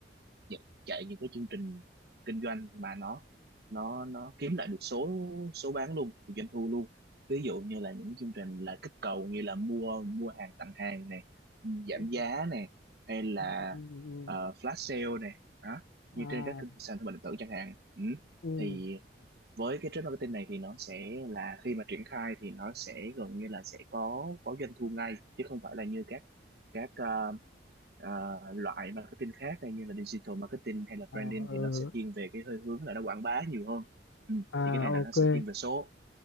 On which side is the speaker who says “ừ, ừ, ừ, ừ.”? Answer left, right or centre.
Left